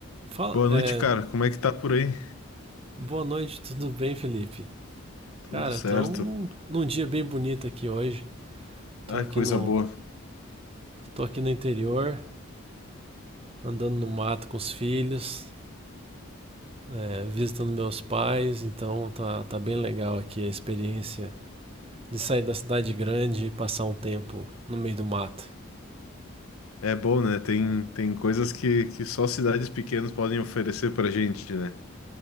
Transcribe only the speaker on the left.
Boa
noite, cara. Como é que tá por aí?
Tudo
certo.
Ah,
coisa
boa.
É bom, né? Tem, tem coisas que, que só cidades pequenas podem oferecer pra gente, né?